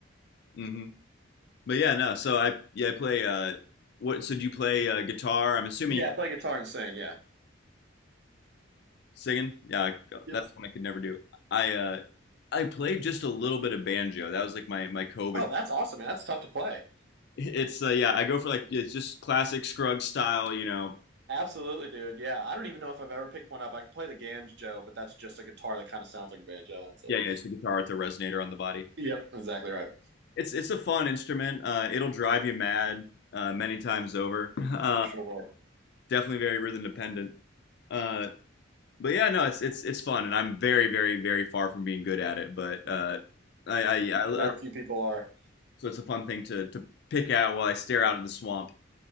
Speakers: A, on the left; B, on the right.
A: mhm. But yeah, no. So I yeah I play. Uh, what? So do you play uh, guitar? I'm assuming
B: Yeah,
A: you
B: play guitar and sing. Yeah.
A: singing. Yeah,
B: Yep.
A: that's one I could never do. I uh, I played just a little bit of banjo. That was like my my COVID.
B: Oh, that's awesome, man. That's tough to play.
A: It's uh, yeah. I go for like yeah, it's just classic Scruggs style. You know.
B: Absolutely, dude. Yeah, I don't even know if I've ever picked one up. I could play the banjo, but that's just a guitar that kind of sounds like a banjo. That's it.
A: Yeah, yeah. It's the guitar with the resonator on the body.
B: Yep, exactly right.
A: It's it's a fun instrument. Uh, it'll drive you mad uh, many times over. <laughs>
B: I'm sure
A: definitely very rhythm dependent. Uh, but yeah, no, it's it's it's fun, and I'm very very very far from being good at it. But uh, I, I, I,
B: very
A: I
B: few people are.
A: so it's a fun thing to to pick at while I stare out at the swamp.